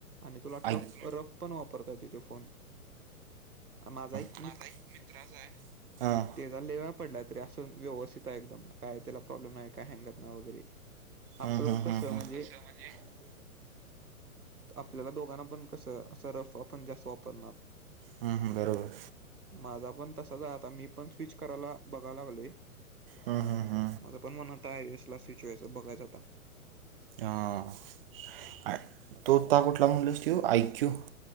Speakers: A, on the right; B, on the right.
A: आणि तुला
B: ऐक
A: टफ रफ पण वापरता येतोय तो फोन, माझा ऐक
B: माझा एक मित्राचं आहे हां
A: त्याचा लेवा पडलाय तरी असं व्यवस्थित आहे एकदम काय त्याला प्रॉब्लेम नाही काय हँगत नाही वगैरे आपलं
B: हम्म हम्म
A: कसं
B: हम्म हम्म
A: म्हणजे आपल्याला दोघांना पण कसं असं रफ आपण जास्त वापरणार
B: हम्म, हम, बरोबर.
A: माझा पण तसाच आहे आता, मी पण स्विच करायला बघायला लागलोय.
B: हम्म, हम्म, हम्म.
A: माझं पण मनात आहे ईस्टला स्विच व्हायचं, बघायचं आता.
B: हा. तु आता कुठला म्हणलास तू? आय क्यू